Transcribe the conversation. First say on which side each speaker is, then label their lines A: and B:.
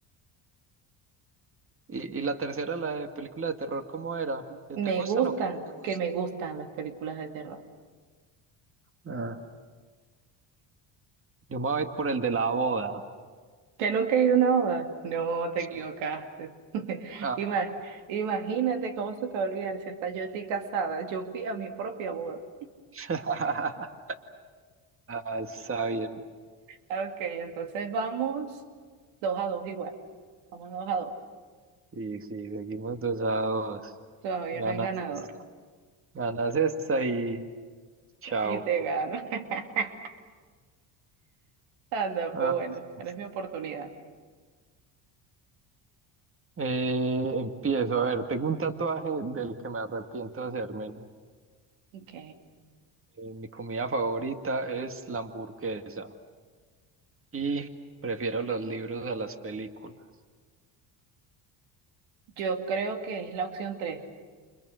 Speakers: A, on the right; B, on the right.
A: Y, y la tercera, la de película de terror, ¿cómo era? ¿Que
B: Me
A: te gustan
B: gustan,
A: o que no te gustan?
B: que me gustan las películas de terror.
A: Ah, Yo me voy por el de la boda.
B: ¿Que nunca he ido a una boda? No, te
A: Sí.
B: equivocaste. <laughs>
A: Ah.
B: Ima- imagínate cómo se te va a olvidar si hasta yo estoy casada. Yo fui a mi propia boda.
A: <laughs> Ah, está bien.
B: Ok, entonces vamos dos a dos igual. Vamos dos a dos.
A: Sí, sí, seguimos dos a dos.
B: Todavía
A: Ganas
B: no hay ganador.
A: esta, ganas esta y chao.
B: Y te gano. <laughs> Anda,
A: A
B: pues bueno,
A: ver,
B: ahora es mi oportunidad.
A: eh, empiezo. A ver, tengo un tatuaje del que me arrepiento de hacérmelo.
B: Ok.
A: Eh, mi comida favorita es la hamburguesa y prefiero los libros a las películas.
B: Yo creo que es la opción tres.